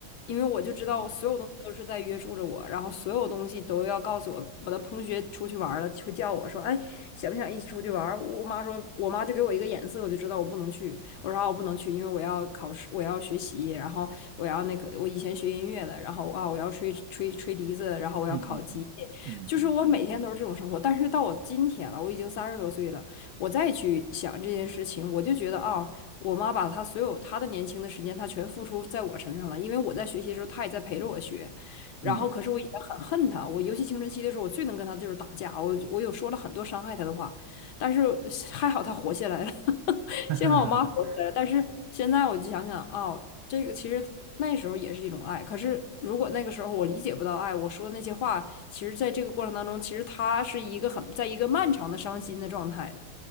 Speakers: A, on the left; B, on the right.
A: 因为我就知道我所有东西都是在约束着我，
B: 嗯啊，
A: 然后所有东西都要告诉我。我的同学出去玩儿了，会叫我说：“哎，想不想一起出去玩儿我妈说，我妈就给我一个眼色，我就知道我不能去。我说啊，我不能去，因为我要考试，我要学习，然后我要那个，我以前学音乐的，然后啊，我要吹吹吹笛子，然后我要考级，
B: 嗯嗯嗯嗯嗯
A: 就是我每天都是这种生活。但是到我今天了，我已经三十多岁了，我再去想这件事情，我就觉得啊，我妈把她所有她的年轻的时间，她全付出在我身上了，因为我在学习的时候，她也在陪着我学。然后，
B: 嗯，
A: 可是我以前很恨她，我尤其青春期的时候，我最能跟她就是打架，我我有说了很多伤害她的话，但是还好她活下来了。<laughs>
B: <laughs>
A: 幸好我妈活下来了，但是现在我就想想，哦，这个其实那时候也是一种爱。可是如果那个时候我理解不到爱，我说的那些话，其实在这个过程当中，其实她是一个很，在一个漫长的伤心的状态的。